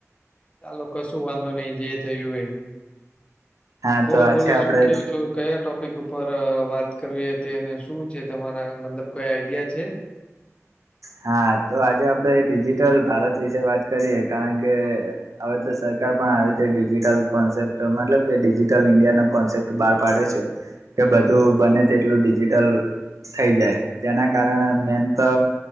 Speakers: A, on the left; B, on the right.
A: ચાલો કશું વાંધો નહીિ જે થયું હોય
B: હા
A: બોલો
B: તો આજે
A: બોલો
B: આપડે
A: શું કેવું છો કયા ટોપિક ઉપર વાત કરવી હતી અને શું છે તમારા મતલબ કયા આઈડિયા છે.
B: હા તો આજે આપડે ડિજિટલ ભારત વિશે વાત કરીએ કારણ કે હવે તો સરકાર પણ આવી રીતે ડિજિટલ કોન્સેપ્ટ મતલબ કે ડિજિટલ ઇન્ડિયાનો કોન્સેપ્ટ બાર પાડે છે. કે બધું બને તેટલું ડિજિટલ થઈ જાય જેના કારણે મેન તો